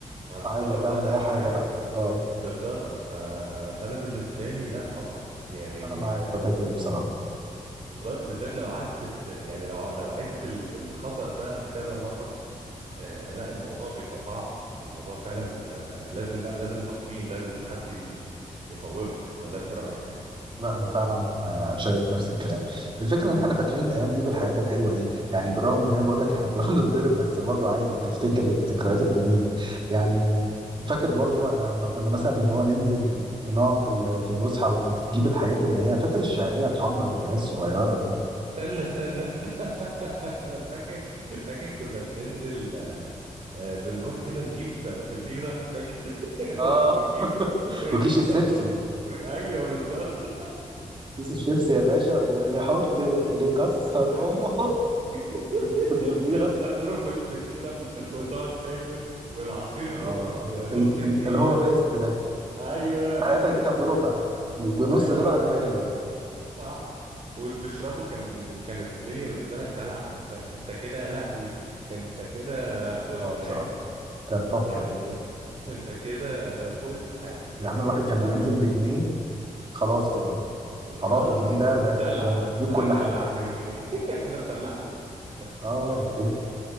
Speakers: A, on the right (about 55°); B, on the right (about 40°).
A: انا
B: عادي
A: هتصرف
B: هتعمل
A: بقى زي
B: اي
A: ما
B: حاجه
A: انا عايز
B: بقى اه
A: بالظبط ف... فانا بالنسبه لي لا طبعا يعني
B: انا معاك
A: آه،
B: في الحته
A: ل- ب-
B: دي بصراحه
A: بالذ- بالذات لو قعدت ت- يعني لو لو عدت ال- الخطأ ده كذا مره آه لا الموضوع بيبقى صعب الموضوع فعلا آه لازم لا لازم تقويم لازم حد ي- يقومك ولا انت رأيك
B: لا انا فعلا آه، شايف نفس الكلام الفكره ان احنا فاكرين الايام دي بالحاجات الحلوه دي يعني بالرغم ان انا بقول لك احنا كنا <laughs> بنتضرب بس برضو عادي بتفتكر الذكريات الجميله يعني فاكر برضو انا لما كنا مثلا اللي هو ننزل ونقعد في ال- في الفسحه وكنت تجيب الحاجات اللي هي فاكر الشعريه الحمراء اللي هي الصغيره دي
A: استنى استنى <laughs> فاكر فاكر كنا بننزل آه، آه، بنروح كده نجيب آه، فطيرة فاكر <laughs>
B: اه
A: ونجيب
B: <laughs>
A: ون...
B: وكيس الشيبسي
A: ون... ايوه بالظبط
B: كيس الشيبسي يا باشا ونحط
A: بالظبط
B: نكسر
A: وت-
B: امه
A: وت-
B: <laughs>
A: <laughs>
B: في الفطيره
A: وتكسره في الفطيرة وتقعد تاكل والعصير اللي
B: اه
A: هو كان بنص
B: ال-
A: جنيه
B: ال- اللي هو
A: ده
B: بيست ده
A: ايوه
B: وحياتك ده كان بربع بنص
A: ايوه
B: ده بعد
A: ولا
B: ما
A: كان
B: غلي
A: بروح صح وتشربه كان كانت الدنيا بالنسبة لك دلع انت انت كده لهوي انت كده فوق السحاب
B: اه بصراحه كان تحفه
A: يعني انت انت كده فوق السحاب
B: يا
A: يعني
B: عم الواحد كان
A: لا
B: بينزل
A: ال...
B: بجنيه خلاص كده خلاص
A: خلاص
B: الجنيه
A: اتدلع
B: ده ده ده, ده انت تجيب
A: انا
B: كل
A: اتدلعت
B: حاجه
A: بالجنيه <laughs> انا اتدلعت بالجنيه خلاص
B: اه
A: مش محتاج
B: و-
A: حاجة